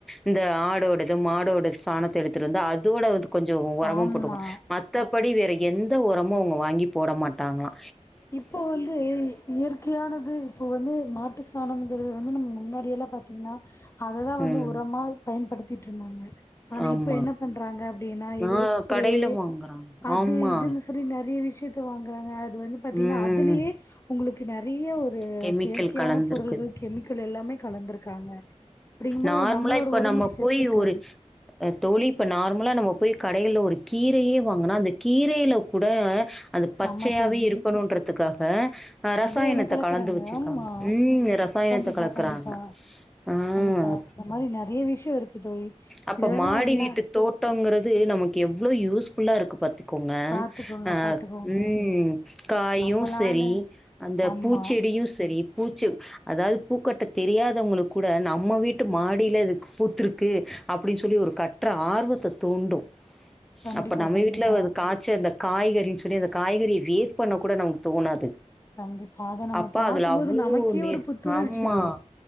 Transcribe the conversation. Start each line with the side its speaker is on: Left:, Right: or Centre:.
Centre: இந்த ஆடோடது மாடோடது சாணத்த எடுத்துட்டு வந்து அதோட வந் கொஞ்ச உரமு
Left: ஆமா
Centre: போட்டுக்கணு மற்றத்தபடி வேற எந்த உரமு அவுங்க வாங்கி போட மாட்டாங்களா
Left: இப்போ வந்து இயற்கையானது இப்போ வந்து மாட்டு சாணம்ங்கிறது வந்து நம்ப முன்னாடி எல்லா பாத்தீங்கன்னா அததா வந்து
Centre: ம்.
Left: உரமா பயன்படுத் தட்டுந்தங்க ஆனா
Centre: ஆமா.
Left: இப்ப என்ன பண்றாங்க அப்டினா ஏதோ
Centre: ஆ
Left: ஸ்பிரே
Centre: கடையில வாங்குறாங்க.
Left: அது
Centre: ஆமா.
Left: இதுன்னு சொல்லி நெறைய விஷய <inaudible> பாத்தீங்கன்னா
Centre: ம்.
Left: அதுலயே உங்ளுக்கு நெறைய ஒரு ஒரு
Centre: கெமிக்கல்
Left: செயற்கையான
Centre: கலந்திருக்கு.
Left: பொருள்கள் கெமிக்கல் எல்லாமே கலந்திருக்காங்க அப்படிங்கும்போது
Centre: நார்மலா
Left: நம்மளோட
Centre: இப்ப
Left: உடம்புக்கு
Centre: நம்ம
Left: செத்து
Centre: போய்
Left: இருக்காது
Centre: ஒரு அ தோழி இப்ப நார்மலா நம்ம போய் கடையில ஒரு கீரையே வாங்குனா அந்த கீரையில கூட அது பச்சையாவே
Left: ஆமா தோழி
Centre: இருக்கணுன்றதுக்கா இப்ப ஆ ரசாயனத்
Left: ஏதோ ஒண்ணு கலக்குறாங்க
Centre: கலந்து வச்சிருக்காங்க
Left: ஆமா
Centre: ம்ம் ரசாயனத்தை
Left: கண்டிப்பா
Centre: கலக்குறாங்க
Left: கண்டிப்பா
Centre: ம்
Left: கண்டிப்பா இந்த மாரி நெறைய விஷயோ இருக்கு தோழி
Centre: அப்ப
Left: இது வந்து
Centre: மாடி
Left: நா எல்லா
Centre: வீட்டு தோட்டங்குறது நமக்கு எவ்ளோ யூஸ்ஃபுல்லா இருக்கு பாத்து உங்க
Left: பாத்துக்கோங்க
Centre: அ
Left: பாத்துக்கோங்க
Centre: உம் காயும்
Left: நம்பளால
Centre: செரி அந்த
Left: ஆமா
Centre: பூச்செடியும் சரிப் பூச்சி அதாவது பூக்கட்ட தெரியாதவங்களுக்கு கூட நம்ம வீட்டு மாடியில இதுக்கு பூத்துருக்கு அப்டி சொல்லி ஒரு கற்ற ஆர்வத்தை தூண்டும்
Left: கண்டிப்பா
Centre: அப்ப நம்ம
Left: கண்டிப்பா
Centre: வீட்ல ஒரு காய்ச்ச இந்த காய்கறி சொல் அந்த காய்கறிய வேஸ்பண்ண கூட நமக்கு தோணாது
Left: நம்பு அத நம்ம
Centre: அப்ப
Left: பாக்கும்போது
Centre: அதுல அவ்ளோ
Left: நமக்கே
Centre: நேர்
Left: ஒரு புத்துணர்ச்சி
Centre: ஆமா.
Left: வரும்